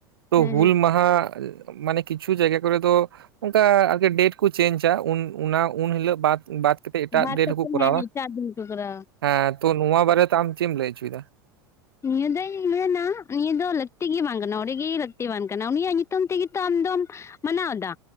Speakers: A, on the right; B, on the left.
A: ᱛᱚ
B: ᱦᱮᱸ
A: ᱦᱩᱞ
B: ᱦᱮᱸ
A: ᱢᱟᱦᱟ ᱢᱟᱱᱮ ᱠᱤᱪᱷᱩ ᱡᱟᱭᱜᱟ ᱠᱚᱨᱮ ᱫᱚ ᱚᱝᱠᱟ ᱟᱜᱮ ᱰᱮᱴ ᱠᱚ ᱪᱮᱧᱡᱟ ᱩᱱ ᱚᱱᱟ ᱩᱱ ᱦᱤᱞᱳᱜ ᱵᱟᱫ, ᱵᱟᱫ ᱠᱟᱛᱮ ᱮᱴᱟᱜ
B: ᱵᱟᱫ
A: ᱰᱮᱴ
B: ᱠᱟᱛᱮ
A: ᱦᱚᱸᱠᱚ ᱠᱚᱨᱟᱣᱟ,
B: ᱦᱮᱸ ᱮᱴᱟᱜ ᱫᱤᱱ ᱠᱚ ᱠᱚᱨᱟᱣᱟ
A: ᱦᱮᱸ ᱛᱚ ᱱᱚᱣᱟ ᱵᱟᱨᱮᱛᱮ ᱟᱢ ᱪᱮᱫ ᱮᱢ ᱞᱟᱹᱭ ᱦᱚᱪᱚᱭᱮᱫᱟ?
B: ᱱᱤᱭᱟᱹ ᱫᱚᱧ ᱢᱮᱱᱟ ᱱᱤᱭᱟᱹ ᱫᱚ ᱞᱟᱹᱠᱛᱤ ᱜᱮ ᱵᱟᱝ ᱠᱟᱱᱟ ᱚᱸᱰᱮ ᱜᱮ ᱞᱟᱹᱠᱛᱤ ᱵᱟᱝ ᱠᱟᱱᱟ ᱩᱱᱤᱭᱟᱜ ᱧᱩᱛᱩᱢ ᱛᱮᱜᱮᱛᱚ ᱟᱢᱫᱚᱢ ᱢᱟᱱᱟᱣ ᱫᱟ᱾